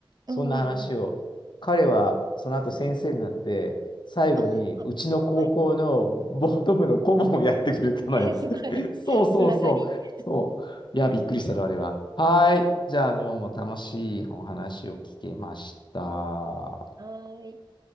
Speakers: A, on the left; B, on the right.
A: そんな話を、
B: おーおーおー。
A: 彼はその後先生になって、最後にうちの高校のボート部の顧問をやってくれたのよ。
B: ああ。はい。え、すごい。
A: <laughs>
B: <laughs>
A: そうそうそう。
B: つながり。
A: そういや、びっくりしたな、あれは。はい。じゃあ、どうも楽しいお話を聞けました。
B: はーい。